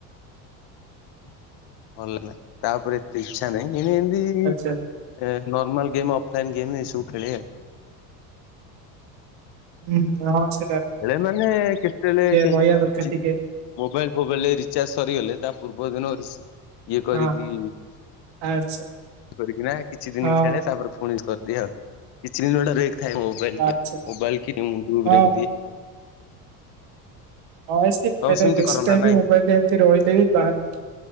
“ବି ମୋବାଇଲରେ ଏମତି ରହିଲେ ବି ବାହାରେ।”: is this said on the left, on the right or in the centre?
Right